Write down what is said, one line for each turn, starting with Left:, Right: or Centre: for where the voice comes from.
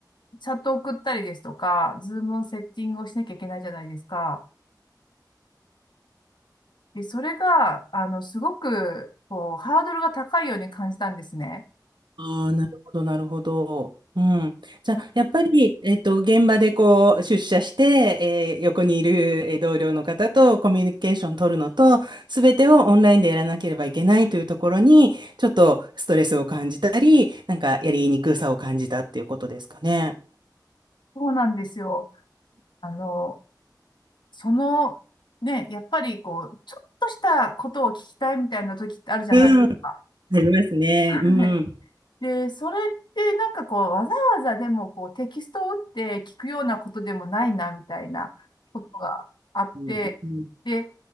Left: チャットを送ったりですとか、ズームのセッティングをしなきゃいけないじゃないですか。で、それが、あの、すごく、こう、ハードルが高いように感じたんですね。
Right: ああ、なるほど、なるほど。うん。じゃあ、
Left: な
Right: やっぱり、えっと、現場でこう、出社して、えー横にいるえー同僚の方とコミュニケーション取るのと、すべてをオンラインでやらなければいけないというところに、ちょっとストレスを感じたり、なんかやりにくさを感じたっていうことですかね。
Left: そうなんですよ。あの、その、ね、やっぱり、こう、ちょっとしたことを聞きたいみたいな時ってあるじゃないですか。
Right: うん、ありますね。
Left: <laughs>
Right: うん。
Left: で、それってなんかこう、わざわざでもこう、テキストを打って聞くようなことでもないな、みたいなことがあって、
Right: うん。うん。
Left: で、例